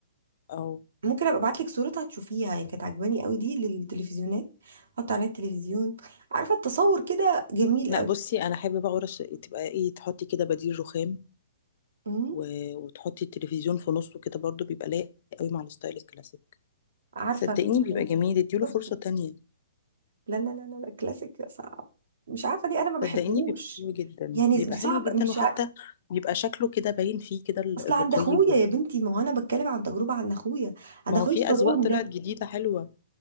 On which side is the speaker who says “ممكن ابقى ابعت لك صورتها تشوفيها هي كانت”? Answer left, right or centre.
Right